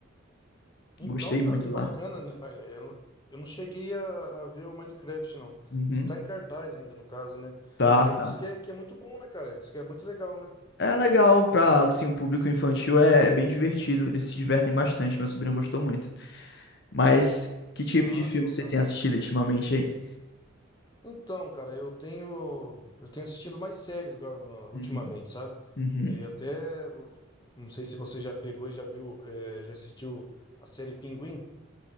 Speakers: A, on the left; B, on the left.
A: Então,
B: Gostei
A: cara,
B: muito
A: bacana,
B: lá.
A: né? Mas Eu, não- eu não cheguei a, a ver o Minecraft, não.
B: Uhum.
A: Ele tá em cartaz ainda, no caso, né?
B: Tá,
A: Mas
B: tá.
A: diz que é, que é muito bom, né, cara? Diz que é muito legal, né?
B: É legal pra, assim, um público infantil, é, é bem divertido, eles se divertem bastante, meu sobrinho gostou muito. Mas que tipo
A: Ah,
B: de filme
A: que bacana.
B: você tem assistido ultimamente aí?
A: Então, cara, eu tenho eu tenho assistido mais séries agora no- ultimamente,
B: Uhum,
A: sabe?
B: uhum.
A: E até vou- não sei se você já pegou e já viu, eh, já assistiu a série Pinguim.